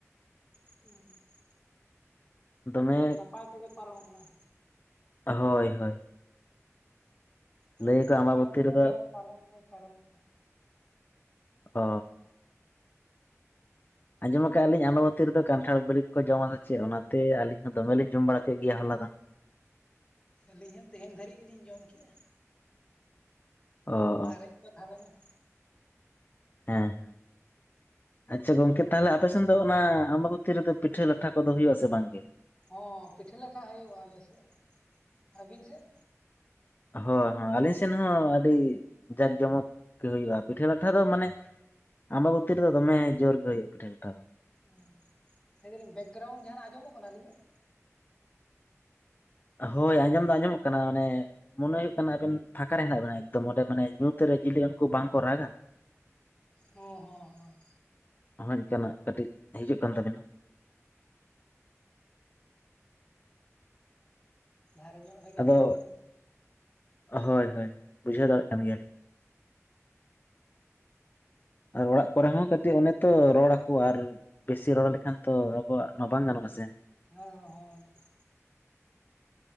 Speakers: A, on the left; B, on the left.
A: <unintelligible>
B: ᱫᱚᱢᱮ
A: ᱱᱟᱯᱟᱭ ᱛᱮᱜᱮ ᱯᱟᱨᱚᱢ ᱟᱠᱟᱱᱟ᱾
B: ᱦᱳᱭ ᱦᱳᱭ᱾
A: ᱟᱹᱞᱤᱧ
B: ᱞᱟᱹᱭᱟᱠᱚ
A: ᱦᱚᱸ ᱱᱟᱯᱟᱭ
B: ᱟᱢᱵᱟᱵᱚᱛᱤ
A: ᱛᱮᱜᱮ
B: ᱨᱮᱫᱚ
A: ᱯᱟᱨᱚᱢ ᱫᱚ ᱯᱟᱨᱚᱢ ᱟᱠᱟᱱᱟ᱾
B: ᱚ᱾ ᱟᱸᱡᱚᱢ ᱟᱠᱟᱼᱟᱞᱤᱧ ᱟᱢᱵᱟᱵᱚᱹᱛᱤ ᱨᱮᱫᱚ ᱠᱟᱱᱴᱷᱟᱲ ᱵᱤᱞᱤ ᱠᱚ ᱡᱚᱢᱟ ᱥᱟ ᱪᱮᱫ ᱚᱱᱟᱛᱮ ᱟᱹᱞᱤᱧ ᱦᱚᱸ ᱫᱚᱢᱮ ᱞᱤᱧ ᱡᱚᱢ ᱵᱟᱲᱟ ᱠᱮᱫ ᱜᱮᱭᱟ ᱦᱚᱞᱟ ᱫᱚ᱾
A: ᱟᱹᱞᱤᱧ ᱦᱚᱸ ᱛᱮᱦᱮᱧ ᱫᱷᱟᱹᱨᱤᱡ ᱜᱮᱞᱤᱧ ᱡᱚᱢ ᱠᱮᱜᱼᱟ᱾
B: ᱚ᱾
A: <unintelligible>
B: ᱦᱮᱸ ᱦᱮᱸ᱾ ᱟᱪᱪᱷᱟ ᱜᱚᱝᱠᱮ ᱛᱟᱦᱚᱞᱮ ᱟᱯᱮ ᱥᱮᱫ ᱫᱚ ᱚᱱᱟ ᱟᱢᱵᱟ ᱵᱩᱛᱷᱤ ᱨᱮᱫᱚ ᱯᱤᱴᱷᱟᱹ ᱞᱟᱴᱷᱟ ᱠᱚᱫᱚ ᱦᱩᱭᱩᱜ ᱟ ᱥᱮ ᱵᱟᱝ ᱜᱮ?
A: ᱦᱚᱸ ᱯᱤᱴᱷᱟᱹ ᱞᱟᱴᱷᱟ ᱦᱩᱭᱩᱜᱼᱟ ᱟᱞᱮ ᱥᱮᱫ ᱦᱚ᱾ ᱟᱹᱵᱤᱱ ᱥᱮᱫ?
B: ᱦᱚ ᱦᱚ ᱟᱞᱮ ᱥᱮᱫ ᱦᱚᱸ ᱟᱹᱰᱤ ᱡᱟᱠ-ᱡᱚᱢᱚᱠ ᱜᱮ ᱦᱩᱭᱩᱜᱼᱟ᱾ ᱯᱤᱴᱷᱟ ᱞᱟᱴᱷᱟ ᱫᱚ ᱢᱟᱱᱮ ᱟᱢᱵᱟᱵᱚᱛᱤ ᱨᱮ ᱫᱚ ᱫᱚᱢᱮ ᱡᱳᱨ ᱜᱮ ᱦᱚᱭᱳᱜ ᱯᱤᱴᱟᱹ ᱞᱟᱴᱷᱟ ᱫᱚ᱾
A: ᱦᱩᱸ ᱞᱟᱹᱭ ᱫᱟᱞᱤᱧ ᱵᱮᱠᱜᱨᱟᱣᱩᱱᱰ ᱡᱟᱦᱟᱸ ᱱᱟᱜ ᱟᱸᱡᱚᱢᱚᱜ ᱠᱟᱱᱟ ᱟᱹᱞᱤᱧᱟᱜ?
B: ᱦᱳᱭ ᱟᱸᱡᱚᱢ ᱫᱚ ᱟᱸᱡᱚᱢᱚᱜ ᱠᱟᱱᱟ ᱚᱱᱮ ᱢᱚᱱᱮ ᱦᱚᱭᱳᱜ ᱠᱟᱱᱟ ᱟᱵᱮᱱ ᱯᱷᱟᱸᱠᱟ ᱨᱮ ᱦᱮᱱᱟᱜ ᱵᱤᱱᱟ, ᱮᱠᱫᱚᱢ ᱚᱸᱰᱮ ᱢᱟᱱᱮ ᱧᱩᱛ ᱨᱮ ᱪᱤᱞᱤ ᱩᱱᱠᱩ ᱵᱟᱝ ᱠᱚ ᱨᱟᱜᱟ᱾ <inaudible>
A: ᱦᱚᱸ ᱦᱚᱸ ᱦᱚᱸ᱾
B: ᱦᱳᱭᱚᱱᱠᱟᱱᱟᱜ ᱠᱟᱴᱤᱡ ᱦᱤᱡᱩᱜ ᱠᱟᱱ ᱛᱟᱵᱤᱱᱟ᱾
A: ᱫᱷᱟᱨᱮ ᱧᱚᱜ ᱨᱮᱜᱮ
B: ᱟᱫᱚ
A: ᱢᱮᱱᱟᱜ ᱞᱤᱧᱟᱹ ᱛᱚ
B: ᱦᱳᱭ ᱦᱳᱭ ᱵᱩᱡᱷᱟᱹᱣ ᱫᱟᱲᱮᱭᱟᱜ ᱠᱟᱱ ᱜᱮᱭᱟᱢ᱾ ᱟᱨ ᱚᱲᱟᱜ ᱠᱚᱨᱮ ᱦᱚᱸ ᱠᱟᱹᱴᱤᱡ ᱚᱱᱮ ᱛᱚ ᱨᱚᱲ ᱟᱠᱩ ᱟᱨ ᱵᱮᱥᱤ ᱨᱚᱲ ᱞᱮᱠᱷᱟᱱ ᱛᱚ ᱟᱵᱚᱣᱟᱜ ᱚᱱᱟ ᱵᱟᱝ ᱜᱟᱱᱚᱜᱼᱟ ᱥᱮ᱾
A: <unintelligible>